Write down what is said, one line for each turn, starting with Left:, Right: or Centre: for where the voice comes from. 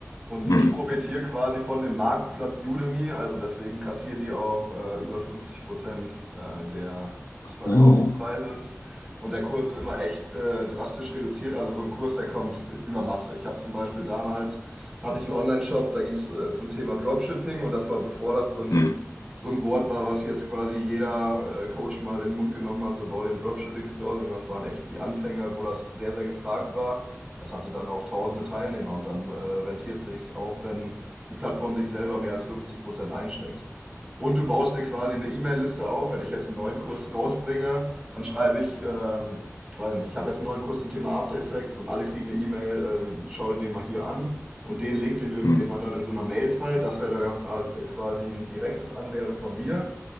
Right: Und
Left: Mhm.
Right: ich profitiere quasi von dem Marktplatz Udemy, also deswegen kassieren die auch äh, über 50% äh, der, des Verkaufspreises.
Left: Uh.
Right: Und der Kurs ist immer echt äh, drastisch reduziert, also so ein Kurs, der kommt über Masse. Ich habe zum Beispiel damals, hatte ich einen Online-Shop, da ging es äh, zum Thema Dropshipping und das war bevor das so ein,
Left: Mhm.
Right: so ein Wort war, was jetzt quasi jeder äh, Coach mal in den Mund genommen hat, so bau den Dropshipping-Store, sondern das waren echt die Anfänge, wo das sehr, sehr gefragt war das hatte dann auch tausende Teilnehmer und dann äh, rentiert sich's auch, wenn die Plattform sich selber mehr als 50% einsteckt. Und du baust dir quasi eine E-Mail-Liste auf, wenn ich jetzt einen neuen Kurs rausbringe, dann schreibe ich, ähm, weiß nicht, ich habe jetzt einen neuen Kurs zum Thema After Effects und alle kriegen eine E-Mail, ähm, schau dir den mal hier an. Und den Link, den, du-
Left: Mhm.
Right: den man dann in so einer Mail teilt, das wäre dann ja äh, quasi ein direktes Anwerben von mir.